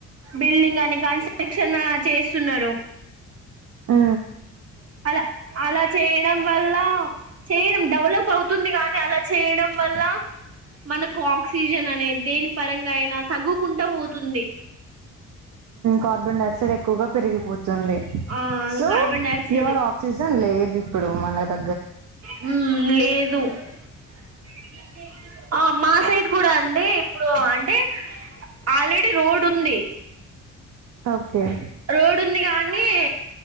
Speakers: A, on the right; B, on the right.
A: బిల్డింగ్ ఈ కాన్స్ట్రక్షన్ చేస్తున్నారు
B: ఆ
A: అలా అలా చేయనా వల్ చేయడం డెవలప్ అవుతుంది కానీ, అలా చేయడం వల్ల మనకు ఆక్సిజన్ అనేది దేని పరంగా అయినా తగ్గుకుంటా పోతుంది
B: కార్బన్ డయాక్సైడ్ ఎక్కువగా పెరిగిపోతుంది సుంది
A: ఆ
B: so
A: carbon dioxide
B: pure oxygen లేదు ఇప్పుడు మనగ
A: హ్మ్ లేదు <unintelligible> ఆ మా సైడ్ కూడా అండి ఇప్పుడు అంటే ఆల్రెడీ రోడ్ టుంది.
B: ఓకే
A: రోడ్ ఉంది కానీ